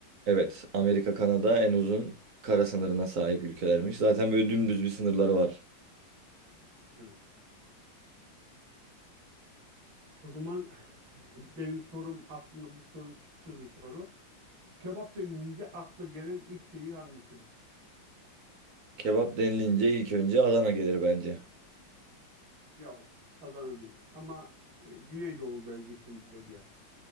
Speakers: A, on the right; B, on the right.
A: Evet, Amerika, Kanada en uzun kara sınırına sahip ülkelermiş. Zaten böyle dümdüz bir sınırları var.
B: Evet. O zaman benim sorum aslında bu soru şıksız bir soru. Kebap denilince akla gelen ilk şehir hangisidir?
A: Kebap denilince ilk önce Adana gelir bence.
B: Yok, Adana değil ama e, Güneydoğu bölgesinde bir yer.